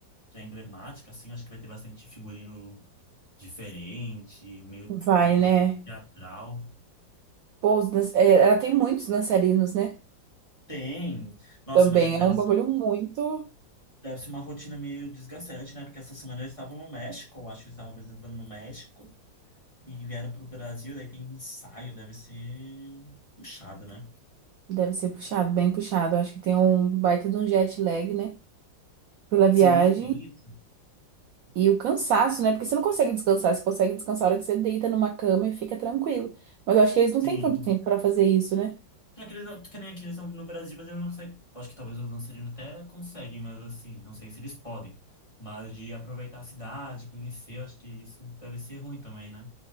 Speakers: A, on the left (about 20°); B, on the right (about 80°).
A: já é emblemática assim, eu acho que vai ter bastante figurino diferente, meio,
B: Vai,
A: uma coisa
B: né?
A: meio teatral.
B: Pô, os dan- é, ela tem muitos dançarinos, né?
A: Tem. Nossa,
B: Também
A: mas deve
B: é um bagulho
A: ser,
B: muito.
A: deve ser uma rotina meio desgastante, né? Porque essa semana eles estavam no México, eu acho que eles estavam apresentando no México e vieram para o Brasil, daí tem ensaio, deve ser puxado, né?
B: Deve ser puxado, bem puxado. Eu acho que tem um baita de um jet lag, né? Pela viagem.
A: Sim, tem isso.
B: E o cansaço, né? Porque você não consegue descansar, você consegue descansar a hora que você deita numa cama e fica tranquilo. Mas eu acho que eles não
A: Sim.
B: têm tanto tempo pra fazer isso, né?
A: Só que eles não, que nem aqui eles estão no Brasil, mas eles não conseguem. Eu acho que talvez os dançarinos até conseguem, mas assim, não sei se eles podem. Mas de aproveitar a cidade, conhecer, eu acho que isso deve ser ruim também, né?